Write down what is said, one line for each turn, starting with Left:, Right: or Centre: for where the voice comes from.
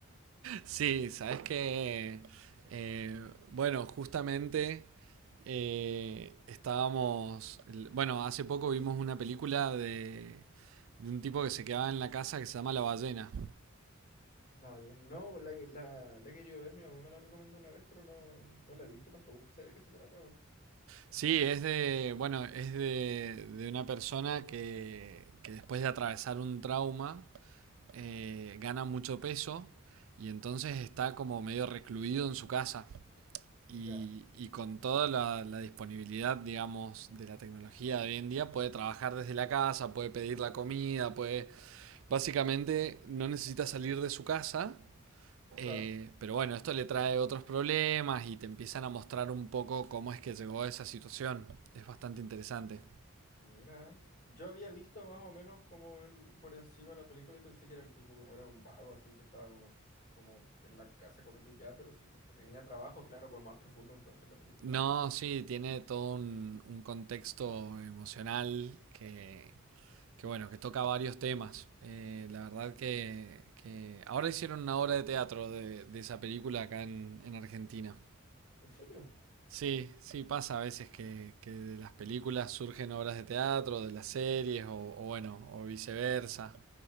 Right: sí, sabes que, eh, bueno, justamente eh, estábamos, el- bueno, hace poco vimos una película de, de un tipo que se quedaba en la casa que se llama La Ballena.
Left: La ballena. No, la, que- la, la he querido ver, mi mamá me la recomendó una vez, pero no, no la he visto tampoco, sé de qué se trata, weón.
Right: Sí, es de, bueno, es de, de una persona que, que después de atravesar un trauma eh, gana mucho peso y entonces está como medio recluido en su casa. Y,
Left: Ya.
Right: y con toda la, la disponibilidad, digamos, de la tecnología de hoy en día, puede trabajar desde la casa, puede pedir la comida, puede... Básicamente no necesita salir de su casa eh,
Left: Claro.
Right: pero bueno, esto le trae otros problemas y te empiezan a mostrar un poco cómo es que llegó a esa situación. Es bastante interesante.
Left: Mira, yo había visto más o menos como el, por encima de la película y pensé que era el tipo como era un vago, así que estaba como, como en la casa comiendo y ya, pero si tenía trabajo, claro, pues más profundo entonces la película.
Right: No,
Left: weón.
Right: sí, tiene todo un, un contexto emocional que, que, bueno, que toca varios temas. Eh, la verdad que, que ahora hicieron una obra de teatro de, de esa película acá en, en Argentina.
Left: ¿En serio?
Right: Sí, sí, pasa a veces que, que de las películas surgen obras de teatro, de las series o, o bueno, o viceversa.